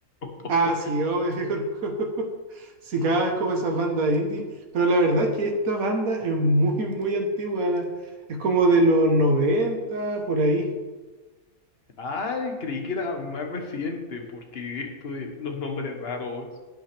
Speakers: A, on the left; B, on the right.
A: <laughs>
B: Ah, sí, obvio que conozco. <laughs> Sí, cada vez como esas bandas indie. Pero la verdad es que esta banda es muy, muy antigua. la- Es como de los noventa por ahí.
A: Ay, creí que era más reciente, porque esto de los nombres raros,